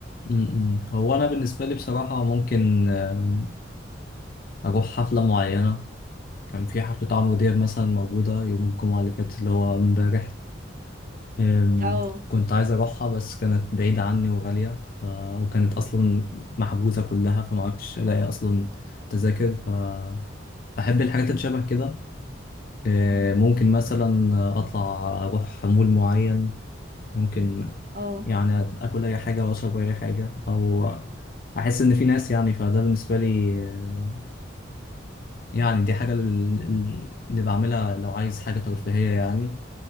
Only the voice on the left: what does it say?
م- م. هو انا بالنسبة لي بصراحة ممكن آم، اروح حفلة معينة كان في حفلة عمرو دياب مثلا موجودة يوم الجمعة اللي فاتت اللي هو امبارح أم،
كنت عايز أروحها بس كانت بعيدة عني وغالية ف... وكانت أصلا محجوزة كلها فمعرفتش ألاقي أصلا تذاكر ف بحب الحاجات اللي شبه كده أه،
ممكن مثلا أطلع أروح مول معين ممكن
يعني آكل أي حاجة وأشرب أي حاجة أو أحس إن في ناس يعني فده بالنسبة لي آه، يعني دي حاجة ال- ال- اللي بعملها لو عايز حاجة ترفيهية يعني